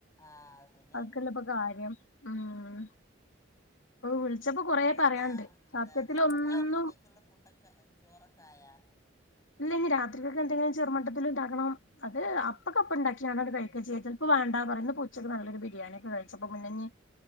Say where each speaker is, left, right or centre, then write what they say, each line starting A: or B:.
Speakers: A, on the left (about 15°); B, on the left (about 85°).
A: ആ ശരിയാണ്
B: അതക്കെല്ലപ്പൊ കാര്യം മം വിളിച്ചപ്പോ കൊറേ
A: ഇന്നട്ട്
B: പറയാണ്ട്
A: എന്താ ന്താണ്
B: സത്യത്തിലൊന്നും
A: രാത്രിക്കൊക്ള്ള ഫുഡൊക്കെ ചോറൊക്ക ആയാ?
B: ഇല്ല ഇഞ് രാത്രിക്കക്ക് എന്തെങ്കിലും ചെറുമട്ടത്തിൽ ഉണ്ടാക്കണം. അത് അപ്പൊക്കപ്പണ്ടാക്കിയാണത് കഴിക്ക ചെയ്യ, ചെലപ്പോ വേണ്ടാ പറയ ഉച്ചയ്ക്ക് നല്ലൊരു ബിരിയാണി ഒക്കെ കഴിച്ചപ്പപിന്നഞ്ഞ്